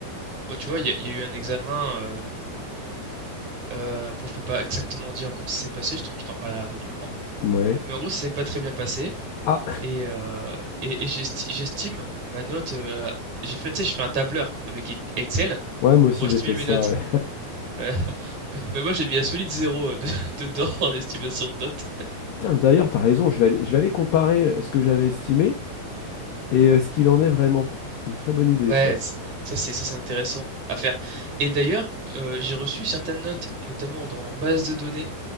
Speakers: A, on the right (about 50°); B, on the left (about 80°).
A: Ouais, tu vois, il y, a il y a eu un examen. euh, euh, bon, je peux pas exactement dire comment ça s'est passé, je t'en je t'en parlerai à un autre moment.
B: Ouais.
A: Mais en gros, ça s'est pas très bien passé.
B: Ah,
A: Et, euh, et, et j'esti- j'estime ma note. euh, j'ai fait, tu sais, je fais un tableur avec E- Excel
B: ouais, moi aussi,
A: pour estimer
B: j'ai fait
A: mes
B: ça,
A: notes.
B: ouais.
A: Voilà. <laughs> Bah, moi, j'ai mis un solide zéro euh, de, <laughs> dedans en estimation de notes.
B: Tiens, d'ailleurs, t'as raison, je vais aller, je vais aller comparer euh, ce que j'avais estimé et euh, ce qu'il en est vraiment. C'est une très bonne idée,
A: Ouais,
B: ça.
A: c'est- ça, c'est ça, c'est intéressant à faire. Et d'ailleurs, euh, j'ai reçu certaines notes, notamment dans base de données.